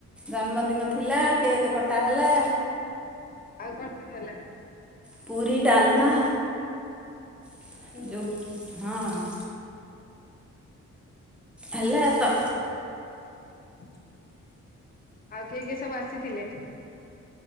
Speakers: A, in the centre; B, on the left.
A: ଜନ୍ମଦିନ ଥିଲା। କେକେ କଟା ହେଲା।
B: ଆଉ କଣ ସବୁହେଲା।
A: ପୁରୀ ଡାଲମା। ଯୋଉ
B: ହୁଁ।
A: ହଁ। ହେଲା ତ।
B: ହ ଆଉ କିଏ କିଏ ସବୁ ଆସିଥିଲେ?